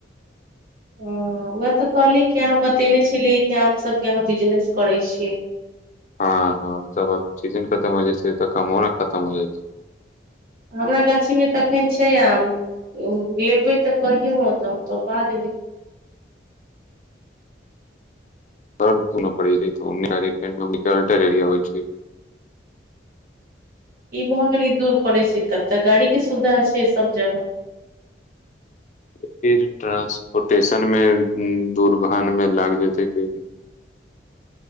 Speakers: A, on the right; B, on the left.
A: ह उएह तऽ कहली कि अहाँ बतेने छलियै कि हम फल सब केबिजनेस करै छियै
B: हँ हँ तबब सीजन खतम हो जाइ छै तऽ कमो ने खतम हो जाइ छै
A: हमरा गाछी मे त अखन छै आ लेबे तऽ कहियौत हम तोर ब देबे
B: त न पड़ै छै ओलटर एरिया होइ छै
A: ई भए गेलै दूर पड़े छै तब तऽ गाड़ी के सुविधा छै सब जगह
B: फिर ट्रानंसपोर्टेशन मे दूर आबैमे लाग जेतै क